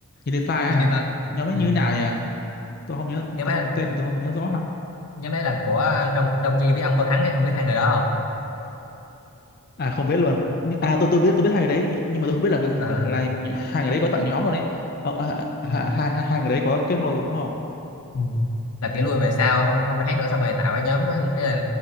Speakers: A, on the left; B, on the left.
A: Unify
B: <laughs> Unify
A: á hả nhóm nó
B: ừ.
A: như thế nào nhỉ tôi không nhớ
B: nhóm
A: tôi
B: ấy
A: không tên thì tôi không nhớ rõ lắm
B: nhóm đấy là của Đông Đông Nhi với ông Cao Thắng ấy ông biết hai người đó không
A: à không biết luôn Nh- à tôi tôi biết tôi biết hai người đấy nh- nhưng mà tôi không biết là
B: Ờ.
A: là nh- hai người đấy có tạo nhóm rồi đấy ờ, à,
B: Ừ.
A: hai, hai, hai hai người đấy có kết hôn rồi đúng không
B: Ừ. là kiểu lui về sau không không đi hát nữa xong rồi tạo cái nhóm ấy, là,